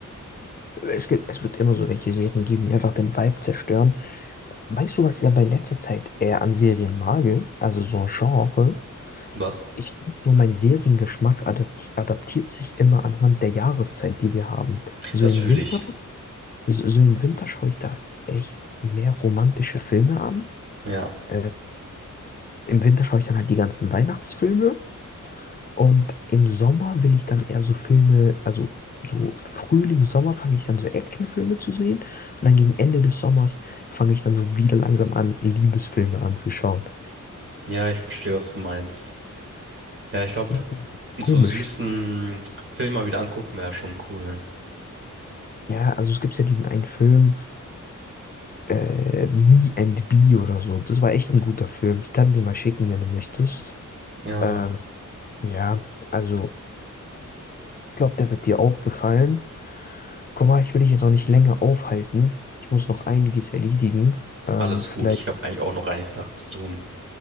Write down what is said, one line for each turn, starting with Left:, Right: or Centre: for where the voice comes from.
Left: Es gibt, es wird immer so welche Serien geben, die einfach den Vibe zerstören. Weißt du, was ich ja bei letzter Zeit eher an Serien mag? Also so ein Genre.
Right: Was?
Left: Ich finde so, mein Seriengeschmack adapti adaptiert sich immer anhand der Jahreszeit, die wir haben. So
Right: Das
Left: im
Right: fühle
Left: Winter,
Right: ich.
Left: so, so im Winter schaue ich da echt mehr romantische Filme an.
Right: Ja,
Left: Äh, im Winter schaue ich dann halt die ganzen Weihnachtsfilme und im Sommer will ich dann eher so Filme, also so Frühling, Sommer fange ich dann so Actionfilme zu sehen und dann gegen Ende des Sommers fange ich dann so wieder langsam an, Liebesfilme anzuschauen.
Right: ja, ich verstehe, was du meinst. Ja, ich glaube,
Left: Das ist komisch.
Right: so einen süßen Film mal wieder angucken wäre schon cool.
Left: Ja, also es gibt ja diesen einen Film. äh, Me and Bee oder so. Das war echt ein guter Film. Ich kann dir mal schicken, wenn du möchtest.
Right: Ja.
Left: Ähm, ja, also ich glaube, der wird dir auch gefallen. Guck mal, ich will dich jetzt auch nicht länger aufhalten. Ich muss noch einiges erledigen. Ähm,
Right: Alles
Left: vielleicht,
Right: gut. Ich habe eigentlich auch noch einige Sachen zu tun.